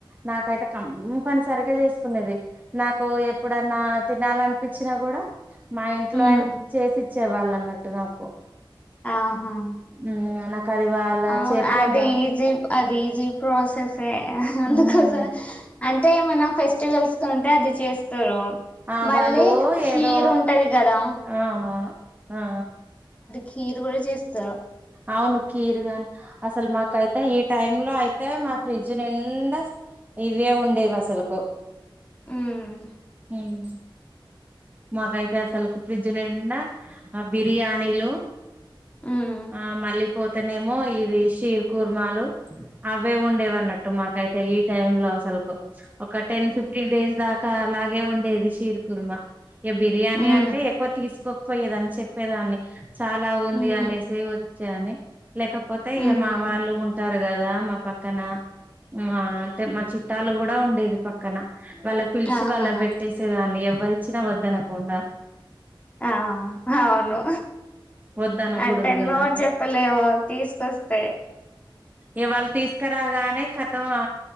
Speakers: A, on the right (about 20°); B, on the left (about 15°).
A: నాకైతే కంప్పనిసరిగా చేసుకున్నది. నాకు ఎప్పుడన్నా తినాలనిపించినా గూడా మా ఇంట్లో
B: మ్మ్
A: అయినా చేసి ఇచ్చేవాలన్నట్టు నాకు
B: ఆహా
A: మ్మ్ నాకు అది వాళ్ళ
B: అవు
A: చేతిలో
B: అది
A: బాగా
B: ఈజి అది ఈజీ ప్రాసెసే అందుకోసమే
A: మ్మ్
B: అంటే ఏమన్నా ఫెస్టివల్స్ కు ఉంటే అది చేస్తారు
A: ఆ
B: మళ్ళీ
A: వాళ్ళు
B: ఖీర్
A: ఏదో
B: ఉంటది కదా
A: అవునవును ఆ
B: కీరు కూడా చేస్తారు
A: అవును కీరుగాని అసలు మాకైతే ఈ టైమ్ లో అయితే మా ఫ్రిడ్జ్ నిండా ఇవే ఉండేవి అసలుకు
B: హ్మ్
A: హమ్ మాకు అయితే అసలుకు ఫ్రిడ్జ్ నిండా ఆ బిర్యానీలు
B: మ్మ్
A: ఆ మళ్ళీపోతానేమో ఈ రీ షీర్ కుర్మాలు అవే ఉండేవి అన్నట్టు మాకైతే ఈ ఈ టైమ్ లో అసలకు ఒక టెన్ ఫిఫ్టీన్
B: మ్మ్
A: డేస్ దాకా అలాగ్ డే ఉండేది షీర్ కుర్మా ఏ బిర్యానీ
B: మ్మ్
A: అంటే ఎక్కువ తీసుకోకపోయేదని చెప్పేదాన్ని. చాలా ఉంది
B: మ్మ్
A: అనేసి వచ్చాను లేకపోతే
B: మ్మ్
A: ఏ మా
B: మ్మ్
A: వాళ్ళు ఉంటారు కదా మా పక్కన మా అంటే మా చుట్టాలు కూడా ఉండేది పక్కన వాళ్ళ పిలిచి
B: ఆహా
A: వాళ్ళ పెట్టేసేదాన్ని ఎవర్ చ్చిన వద్దనకుండా
B: ఆ అవును
A: వద్దనకూడదు
B: అంటే
A: కదా
B: నో చెప్పలేము తీసుకొస్తే
A: ఏ వాళ్ళు తీసుకురాగానే కతం